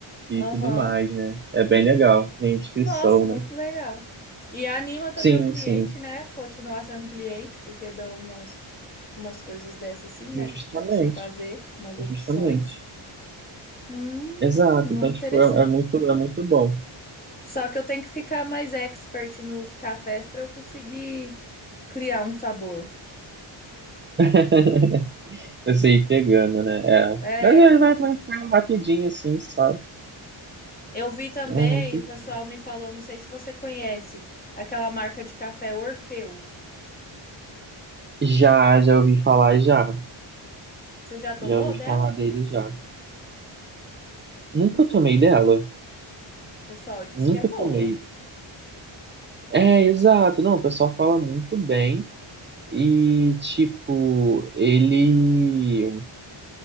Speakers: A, on the right; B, on the left.
A: e
B: Aham,
A: tudo mais, né? É bem legal. Tem inscrição,
B: Nossa, muito
A: né?
B: legal. E anima também
A: Sim,
B: o cliente,
A: sim.
B: né? Continuar sendo cliente, porque dão umas, umas coisas dessas assim, né?
A: Justamente.
B: Pra você fazer, umas
A: Justamente.
B: opções. Hum,
A: Exato.
B: muito
A: Então, tipo,
B: interessante.
A: é, é muito, é muito bom.
B: Só que eu tenho que ficar mais expert nos cafés para eu conseguir criar um sabor.
A: <laughs> Você ir pegando, né? É.
B: É,
A: Mas é, vai, vai, vai rapidinho, assim, sabe?
B: eu vi também,
A: É rapidinho.
B: o pessoal me falou, não sei se você conhece, aquela marca de café Orfeu.
A: Já, já ouvi falar já.
B: Você já tomou
A: Já ouvi
B: dela?
A: falar dele já. Nunca tomei dela.
B: O pessoal diz
A: Nunca
B: que é boa.
A: tomei. É, exato. Não, o pessoal fala muito bem. E, tipo, ele.